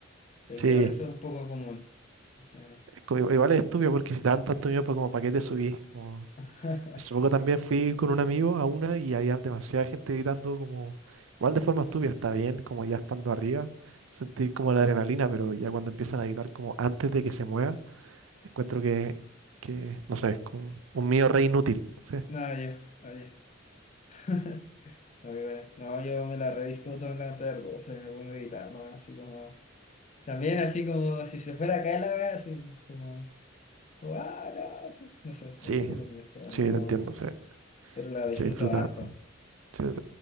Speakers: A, on the left; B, on the right.
A: Pero
B: Sí,
A: que igual eso es un poco común. O sea,
B: co- Igual es estúpido porque si te dan tanto miedo, pues como para qué te subís. Como...
A: <laughs>
B: Hace poco también fui con un amigo a una y había demasiada gente gritando como, igual de forma estúpida, está bien, como ya estando arriba, sentir como la adrenalina, pero ya cuando empiezan a gritar como antes de que se mueva, encuentro que, que no sé, es como un miedo re inútil. Sí,
A: no, yo, oye. <laughs> No, y bueno, no, yo me la redisfruto en la tarde, o sea, me pongo a gritar, ¿no? Así como, también así como si se fuera a caer la wea, así como, ¡ah, no! sí, sí", no sé,
B: sí,
A: es entretenido, pero
B: sí,
A: no,
B: te entiendo, sí,
A: pero la
B: se
A: disfruto
B: disfruta.
A: harto.
B: sí.